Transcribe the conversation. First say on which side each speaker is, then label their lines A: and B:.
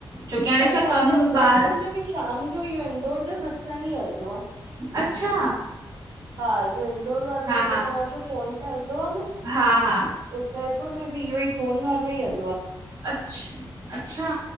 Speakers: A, on the right; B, on the right.
A: छोकी हाणे
B: त असांजे
A: छा कमु
B: उदयपुर
A: बार
B: में शाम जो इयो इंदौर जो सत्संग ई हलंदो आ।
A: अच्छा
B: हा इयो इंदौर वारो
A: हा
B: जेको
A: हा
B: तव्हांजो फ़ोन ते हलंदो आ न,
A: हा हा
B: उ जयपुर में बि इयो ई फ़ोन वारो ई हल
A: अछ, अच्छा